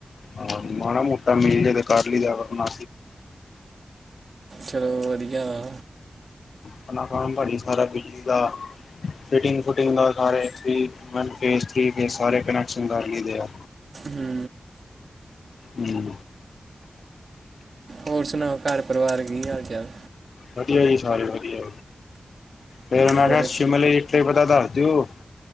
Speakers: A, on the left (about 85°); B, on the right (about 60°).
A: ਹਾਂ ਮਾੜਾ ਮੋਟਾ ਮਿਲ ਜੇ ਤੇ ਕਰ ਲਈ ਦਾ <unintelligible> ਕਰ ਨਾ।
B: ਚਲੋ ਵਧੀਆ ਹਾਂ।
A: ਅਪਨਾ ਖਾਨਦਾਨ ਈ ਸਾਰਾ ਬਿਜਲੀ ਦਾ। ਫਿਟਿੰਗ-ਫੁਟਿੰਗ ਦਾ ਸਾਰੇ ਬੀ ਵਨ ਫੇਸ, ਥ੍ਰੀ ਫੇਸ ਸਾਰੇ ਕੁਨੈਕਸ਼ਨ ਕਰ ਲੀ ਦੇ ਆ।
B: ਹੂੰ।
A: ਹੂ।
B: ਹੋਰ ਸੁਨਾਓ, ਘੱਰ ਪਰਿਵਾਰ ਕੀ ਹਾਲ-ਚਾਲ।
A: ਵਧੀਆ ਜੀ ਸਾਰੇ ਵਧੀਆ ਤੇ ਮੈਂ
B: ਔਰ
A: ਕਿਹਾ ਸ਼ਿਮਲੇ। ਫੇਰ ਪਤਾ ਦਸ ਦਿਓ,